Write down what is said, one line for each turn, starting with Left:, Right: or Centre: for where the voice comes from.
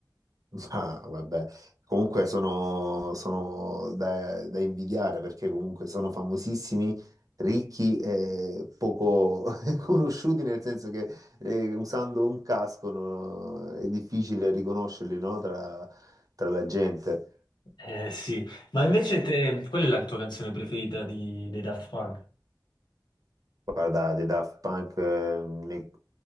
Right: <laughs> ah, vabbè. Comunque sono, sono da, da invidiare perché comunque sono famosissimi, ricchi e poco <laughs> conosciuti, nel senso che eh, usando un casco no, è difficile riconoscerli, no, tra, tra la gente.
Left: Eh, sì. Ma invece te, qual è la tua canzone preferita di, dei Daft Punk?
Right: Guarda, dei Daft Punk eh, ne